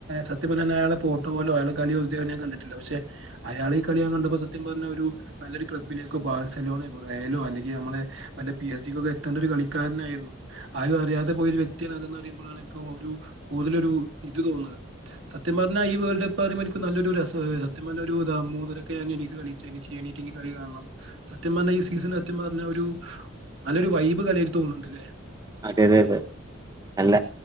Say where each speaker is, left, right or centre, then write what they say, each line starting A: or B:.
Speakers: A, on the right; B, on the right.
A: സത്യം പറഞ്ഞല് യാളെ ഫോട്ടോ പോലെ അയാള കളിയോ ഇത് വരെ ഞാൻ കണ്ടിട്ടില്ല പക്ഷെ അയാളെ കളി ഞാൻ കണ്ടപ്പോ സത്യം പറഞ്ഞ ഒരു നല്ലരു ക്ലബ്ബിലേക്കെ ബാർസലോണെ ബുറയലോ അല്ലെങ്കിൽ നമ്മെളെ നല്ല പി എസ് ഡികൊ ക്കെ എത്തേണ്ട ഒരു കളിക്കാരനായിരുന്നു ആരും അറിയാതെ പോയൊരു വ്യക്തിയാണ് അതെന്ന് പറയുമ്പോഴാണ് ഒരു കൂടുതലൊരു ഇത് തോന്നുന്നത് സ - സത്യം പറഞ ഈ വെൾഡ് കപ്പ് അതേ മാതിരി നല്ലൊരു രസ സത്യം പറഞ ഒരു മൂന്നരാകൊക്കെ ഞ എനി കളിച്ച <unintelligible> കാണണം സത്യം പറഞ്ഞ ഈ സീസൺ സത്യം പറഞ്ഞ ഒരു നല്ലൊരു വൈബ് കളിയ തോന്നുന്നുണ്ട്ല്ലേ
B: അതെ അതെ അതെ നല്ല